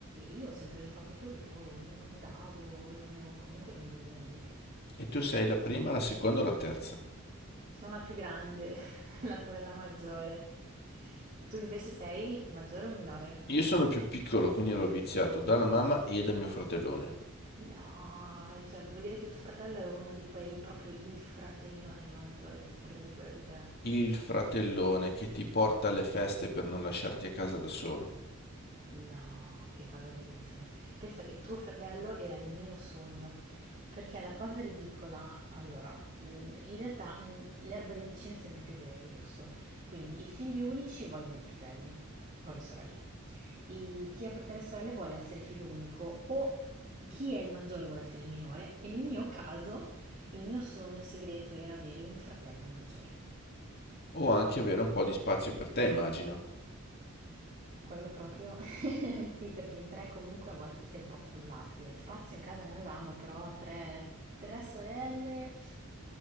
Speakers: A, on the right; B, on the left.
A: io ho sempre giocato con loro, ovunque andavo, erano comunque le mie migliori amiche.
B: E tu sei la prima, la seconda o la terza?
A: Sono la più grande, <laughs> la sorella maggiore. Tu invece sei maggiore o minore?
B: Io sono più piccolo, quindi ero viziato dalla mamma e da mio fratellone.
A: No, cioè, vuol dire che tuo fratello è uno di quei proprio il fratellone maggiore che si prende cura di te.
B: Il fratellone che ti porta alle feste per non lasciarti a casa da solo.
A: No, che cosa bellissima. Pensa che tuo fratello era il mio sogno, perché la cosa ridicola, allora, mh, in realtà mh, l'erba del vicino è sempre più verde, giusto? Quindi i figli unici vogliono i fratelli o le sorelle. I- chi ha fratelli e sorelle vuole essere figlio unico o chi è il maggiore vuole essere il minore e nel mio caso il mio sogno segreto era avere un fratello maggiore.
B: O anche avere un po' di spazio per te, immagino.
A: E Quello proprio <laughs> sì, perché in tre comunque a volte si è un po' affollati. eh. Spazio in casa ne avevamo, però tre, tre sorelle.